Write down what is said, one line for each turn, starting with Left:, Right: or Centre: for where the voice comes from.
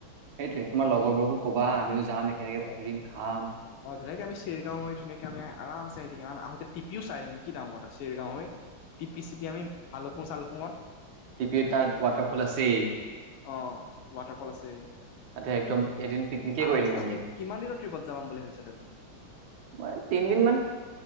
Right: সেইটোৱে তোমাৰ লগৰবোৰকো ক'বা আমি যাম একেলগে
Left: অ
Right: ফুৰিম খাম।
Left: অ ধুনীয়াকে আমি চেৰগাও হৈ ধুনীয়াকে আমি আৰামচে আহি থাকিম আৰু আহোঁতে তিপিও চাই আহিম কি ডাঙৰ কথা চেৰগাও হৈ টিপি চিপি আমি ভাল চালফুঙত
Right: টিপি তাত ৱাটাৰফল আছেই।
Left: অঁ ৱাটাৰফল আছে।
Right: তাতে একদম এদিন পিকনিকে
Left: আৰামছে
Right: কৰি দিম
Left: থাকিম
Right: আমি।
Left: কিমান দিনৰ ট্ৰিপত যাম বুলি ভাবিছা তুমি
Right: মই তিনিদিনমান